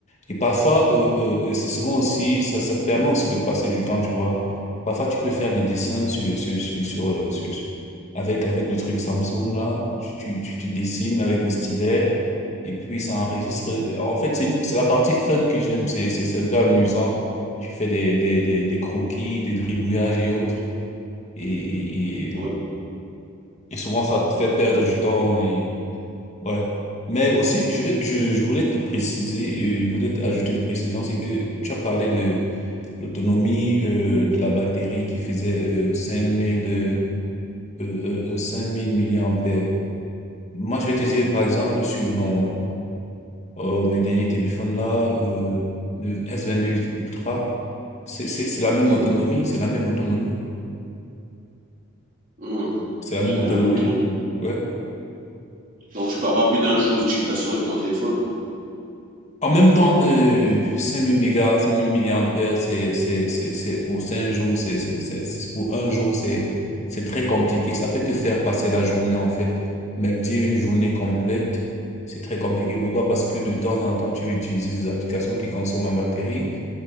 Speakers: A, on the left; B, on the right.
A: Et parfois, euh, euh, euh, c'est souvent aussi, ça, ça te permet aussi de passer du temps, tu vois. Parfois, tu peux faire des dessins sur, sur, sur, sur, euh, sur- sur- avec, avec le truc Samsung, là. Tu, tu, tu dessines avec le stylet et puis ça enregistre. En fait, c'est une, c'est la partie fun que j'aime, c'est, c'est, c'est un peu amusant. Tu fais des, des, des, des croquis, des gribouillages et autres. Et, et, et,
B: Oui.
A: et souvent, ça te fait perdre du temps. Et, ouais. Mais aussi, je vais, je, je voulais te préciser, euh, je voulais ajouter une précision, c'est que tu as parlé de l'autonomie euh, de la batterie qui faisait euh, 5000 euh, euh, euh, euh, 5000 milliampères. Moi, je vais te dire, par exemple, sur mon, euh, mes derniers téléphones là, euh, le s vingt deux Ultra, c'est, c'est, c'est la
B: Oui,
A: même autonomie, c'est la même autonomie.
B: Mmh.
A: C'est la même
B: c'est
A: autonomie.
B: la même autonomie.
A: Ouais.
B: Donc, tu peux avoir plus d'un jour d'utilisation de ton téléphone.
A: En même temps, euh, 5000 mégas, 5000 milliampères, c'est, c'est, c'est, c'est pour cinq jours, c'est, c'est, c'est, c'est pour un jour, c'est, c'est très compliqué. Ça peut te faire passer la journée, en fait. Même dire une journée complète, c'est très compliqué. Pourquoi? Parce que de temps en temps, tu vas utiliser des applications qui consomment en batterie,